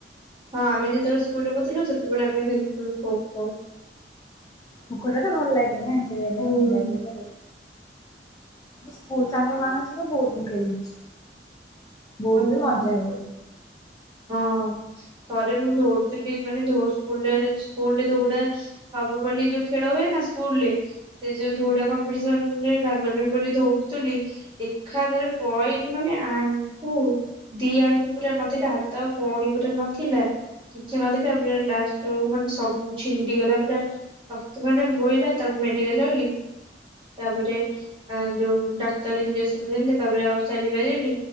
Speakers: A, on the right; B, on the left.
A: ଆମେ ଯେତେବେଳେ ସ୍କୁଲରେ ପଥିଲୁ ସେତେବେଳେ ଆମେ ଖେଳୁଥିଲୁ ଖୋ ଖୋ
B: ଖୋ ଖୋ ଟା ତ ଭଲ ଲାଗେ ନା ଖେଳିବା
A: ହୁଁ
B: ପାଇଁ ଯାହାବି ହେଲେ ସ୍କୁଲ ସାଙ୍ଗ ମାନଙ୍କ ସହିତ ବହୁତ ମୁଁ ଖେଳିଚି। ବହୁତ
A: ହୁଁ
B: ବି ମଜା ହଏ।
A: ହଁ ଥରେ ମୁଁ ଦୌଡଥିଲି ମାନେ ଧୋ ସ୍କୁଲ୍ ସ୍କୁଲରେ ଦୌଡ଼ା ସବୁ ବୋଲି ଯୋଉ ଖେଳ ହୁଏ ନା ସ୍କୁଲ ରେ। ସେ ଯୋଉ ଧଉଡା କମ୍ପିଟିସନ ରେ ଭାଗ ନେମି ବୋଲି ଧଉ ତୁଲୀ ଏକା ଥରେ ପକେଇଲି ମାନେ ଆନ ଠୁ ଦି ଆଣ୍ଠୁ ପୁରା ନଥିଲା ହାତ ଆଉ କହୁଣୀ ପୁରା ନଥିଲା। କିଛି ନଥିଲା ପୁରା ଲାଷ୍ଟ ବେଳୁକୁ ମାନେ ସବୁ ଛିଣ୍ଡିଗଲା। ପୁରା ରକ୍ତ ମାନେ ବୋଇଲା ତାପ ମେଡ଼ିକାଲ ଗଲି। ତାପରେ ଅ ଯୋଉ ଡାକ୍ତର ଇଞଜେକ୍ସନ ଦେଲେ, ତାପରେ ଆଉ ଚାଲି ପାରିଲିନି।